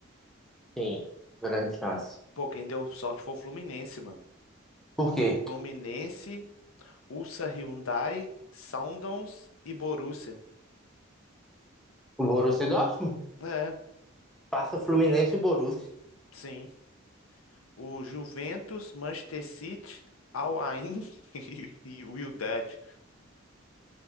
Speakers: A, in the centre; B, on the left.
A: Sim, grande chance.
B: Pô, quem deu sorte foi o Fluminense, mano.
A: Por quê?
B: Fluminense, Ulsa Hyundai, Sundowns e Borussia.
A: O Borussia Dortmund?
B: É,
A: Passa o Fluminense e o Borussia.
B: sim. O Juventus, Manchester City, Al Ain <laughs> e o Wydad.